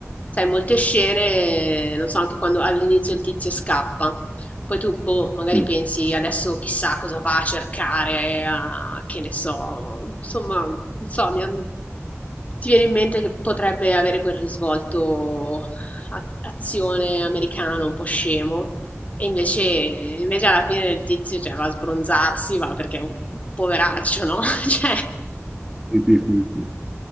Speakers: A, on the left; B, in the centre.
A: Sai, molte scene, non so, anche quando all'inizio il tizio scappa. Poi tu, boh, magari
B: sì.
A: pensi adesso chissà cosa va a cercare, a- che ne so, insomma, non so, mi- ti viene in mente che potrebbe avere quel risvolto a- azione americano un po' scemo, e invece, invece alla fine del tizio cioè, va a sbronzarsi, va perché è un poveraccio, no? <laughs> Cioè,
B: Sì, sì, sì, sì.